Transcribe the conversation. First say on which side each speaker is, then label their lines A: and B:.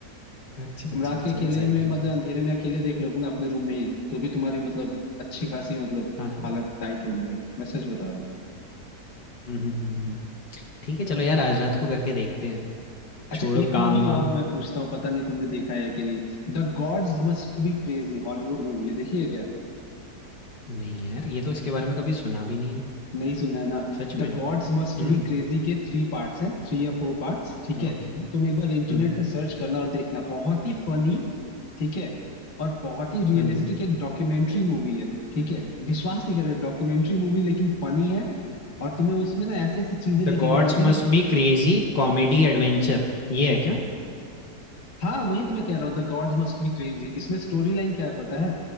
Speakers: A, on the left (about 55°); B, on the left (about 35°).
A: अच्छा
B: तुम
A: अच्छा
B: रात
A: अच्छा
B: के अकेले
A: ऐसा है
B: में
A: क्या
B: मतलब अंधेरे में अकेले देख लोगे ना अपने रूम में ही तो भी तुम्हारी मतलब अच्छी खासी मतलब
A: हाँ हाँ
B: हालत टाइट होगी भाई मैं सच बता रहा हूँ
A: हम्म, हम्म, हम्म, हम्म। ठीक है चलो यार आज रात को करके देखते हैं फिर
B: अच्छा
A: छोड़ो
B: एक मूवी
A: काम वाम
B: और मैं पूछता हूँ पता नहीं तुमने देखा है कि नहीं The Gods Must Be Crazy Hollywood movie है देखिए क्या
A: नहीं यार ये तो इसके बारे में कभी सुना भी नहीं है
B: नहीं सुना है ना
A: सच
B: The
A: में
B: Gods Must
A: Hmm
B: Be Crazy के थ्री पार्ट्स हैं थ्री या फोर पार्ट्स ठीक है
A: Okay
B: तुम एक
A: Hmm
B: बार इंटरनेट पे सर्च करना और देखना बहुत ही फनी ठीक है और बहुत ही रियलिस्टिक
A: Hmm
B: एक डॉक्यूमेंट्री मूवी है ठीक है विश्वास नहीं कर रहे डॉक्यूमेंट्री मूवी लेकिन फनी है और तुम्हें उसमें ना ऐसी ऐसी चीजें
A: The
B: दिखेंगे
A: gods
B: ना मतलब
A: must
B: ये
A: be crazy comedy adventure ये है क्या
B: हाँ वही तो मैं कह रहा हूँ The Gods Must Be Crazy इसमें स्टोरी लाइन क्या है पता है